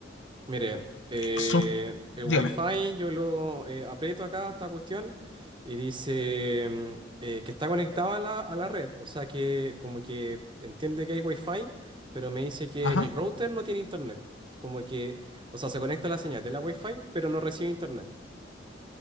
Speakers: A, on the right; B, on the left.
A: Mire, eh,
B: Sub,
A: el
B: dígame.
A: Wi-Fi yo lo eh, aprieto acá, esta cuestión, y dice mm, eh, que está conectado a la, a la red. O sea que como que entiende que hay Wi-Fi, pero me dice que
B: Ajá,
A: el router no tiene internet. Como que, o sea, se conecta a la señal de la Wi-Fi, pero no recibe internet.